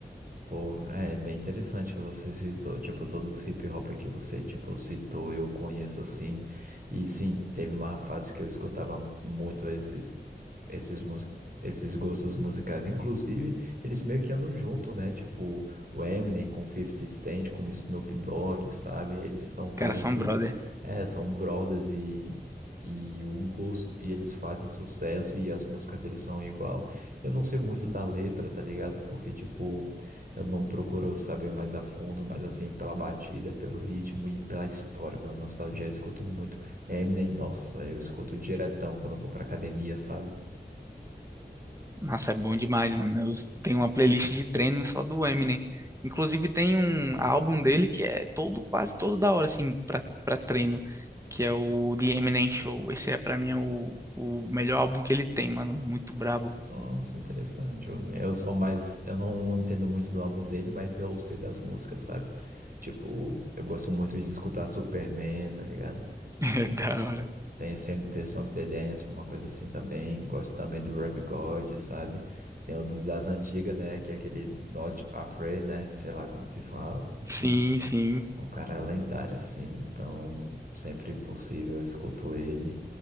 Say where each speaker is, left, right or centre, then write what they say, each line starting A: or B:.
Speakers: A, on the right; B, on the right.
A: Pô, é bem interessante que você citou, tipo, todos os hip hop que você, tipo, citou, eu conheço assim, e sim, teve uma fase que eu escutava muito esses, esses, mus- esses gostos musicais, inclusive, eles meio que andam junto, né, tipo, o Eminem com 50 Cent, com o Snoop Dogg, sabe, eles são caras
B: Cara, são
A: que,
B: brother.
A: é, são brothers e... E o gosto, e eles fazem sucesso e as músicas deles são igual. Eu não sei muito da letra, tá ligado? Porque, tipo, eu não procuro saber mais a fundo, mas assim, pela batida, pelo ritmo e pela história, pela nostalgia, eu escuto muito. Eminem, nossa, eu escuto diretão quando eu vou pra academia, sabe?
B: Nossa, é bom demais, mano. Eu tenho uma playlist de treino só do Eminem. Inclusive, tem um álbum dele que é todo, quase todo da hora, assim, pra, pra treino, que é o The Eminem Show. Esse é, pra mim, é o, o melhor álbum que ele tem, mano. Muito brabo.
A: Nossa, interessante. Eu, eu sou mais. Eu não entendo muito do álbum dele, mas eu sei das músicas, sabe? Tipo, eu gosto muito de escutar Superman, tá ligado?
B: <laughs> É da hora.
A: Tem sempre The Song The Dance, uma coisa assim também. Gosto também do Rap God, sabe? Tem o dos das antigas, né? Que é aquele Not Afraid, né? Sei lá como se fala. Enfim,
B: Sim, sim.
A: o cara é lendário, assim. Então, sempre possível, eu escuto ele.